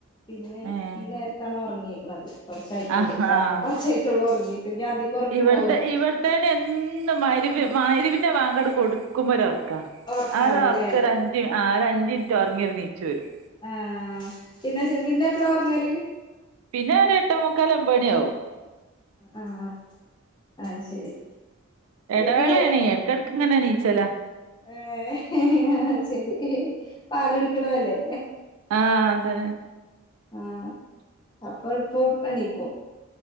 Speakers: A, on the left (about 20°); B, on the right (about 75°).
A: പിന്നെ
B: ഏഹ്
A: ഈ നേരത്താണ് ഉറങ്ങിയേക്കണത് കുറച്ചായിട്ടുള്ളൂ
B: ആഹ് ആഹ്
A: കുറച്ചായിട്ടുള്ളു ഉറങ്ങീട്ട് ഇനീ അന്തിക്ക് ഉറക്കുണ്ടാവില്ല
B: ഇവിടുത്തെ ഇവിടത്തേന് എന്നും <unintelligible> മഗിരിബിന്റെ ബാങ്ക് അങ്ങട് കൊടുക്കുമ്പോരൊറക്കാണ്
A: ഉറക്കാണ്ല്ലേ
B: അത് അവർക്ക് ഒരു അഞ്ച് അഞ്ച് മിനിറ്റ് ഉറങ്ങി എണീച്ചു വരും
A: ആഹ് പിന്നെ ചെറുത് എപ്പളാ ഉറങ്ങല്
B: പിന്നെ ഒരു എട്ടോ മുക്കാൽ ഒമ്പമണിയാവും
A: ആഹ് അത് ശരി
B: ഇടവേള
A: ഇത്
B: ആണ് ഇടക്കിടക്ക് ഇങ്ങനെ ഇനീച്ചാലോ
A: ഏഹ്ഹ് ഹ് ശരി പാല് കുടിക്കണതല്ലേ
B: ആ അതന്നെ
A: ആഹ് അപ്പം ഇപ്പം എണിക്കും